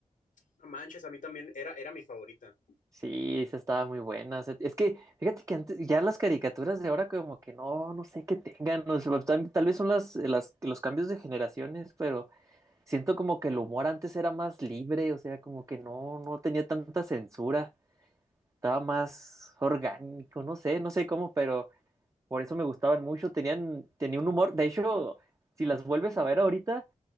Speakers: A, on the left (about 80°); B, on the right (about 25°).
A: No manches, a mí también era, era mi favorita.
B: Sí, esa estaba muy buena. O sea, es que, fíjate que antes, ya las caricaturas de ahora como que no, no sé qué tengan. o sea, tal, tal vez son las, las, los cambios de generaciones, pero siento como que el humor antes era más libre, o sea, como que no, no tenía tanta censura. estaba más orgánico, no sé, no sé cómo, pero por eso me gustaban mucho, tenían, tenía un humor, de hecho, si las vuelves a ver ahorita,